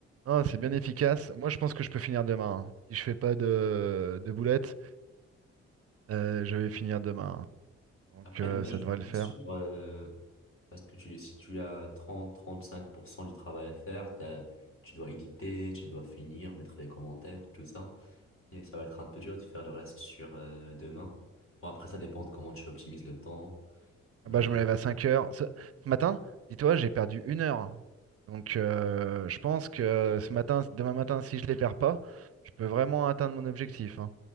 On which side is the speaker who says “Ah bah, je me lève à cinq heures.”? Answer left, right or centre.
Right